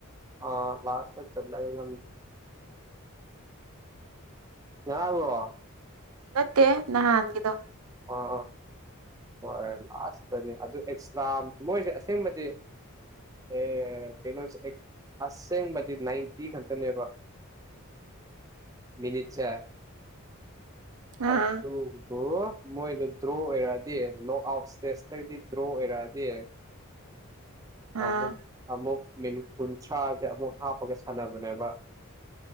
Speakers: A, on the right; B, on the right.
A: ꯑ ꯀ꯭ꯂꯥꯁ ꯆ ꯆꯠꯂꯒ ꯉꯉꯣ
B: ꯅꯠꯇꯦ ꯅꯍꯥꯟꯒꯤꯗꯣ
A: ꯑꯥ ꯍꯣꯏ ꯂꯥꯁꯇꯅꯤ ꯑꯗꯨ ꯏꯁꯂꯥꯝ ꯃꯣꯏꯁꯦ ꯑꯁꯦꯡꯕꯗꯤ ꯑꯦ ꯀꯩꯅꯣꯁꯦ ꯑꯩ ꯑꯁꯦꯡꯕꯗꯤ ꯅꯥꯏꯟꯇꯤ ꯈꯛꯇꯅꯦꯕ
B: <unintelligible>
A: ꯃꯤꯅꯤꯠꯁꯦ
B: ꯑꯥ
A: ꯑꯊ ꯍꯣ ꯃꯣꯏꯗꯨ ꯗ꯭ꯔꯣ ꯑꯣꯏꯔꯛꯑꯗꯤ ꯂꯣꯛ ꯑꯥꯎꯠ ꯏꯁꯇꯦꯖꯇꯒꯤꯗꯤ ꯗ꯭ꯔꯣ ꯑꯣꯏꯔꯛꯑꯗꯤ
B: ꯑꯥ
A: ꯑꯃꯛ ꯑꯃꯃꯨꯛ ꯃꯅꯤ ꯄꯨ ꯁꯥꯁꯦ ꯑꯃꯨꯛ ꯍꯥꯞꯄꯒ ꯁꯥꯟꯅꯕꯅꯦꯕ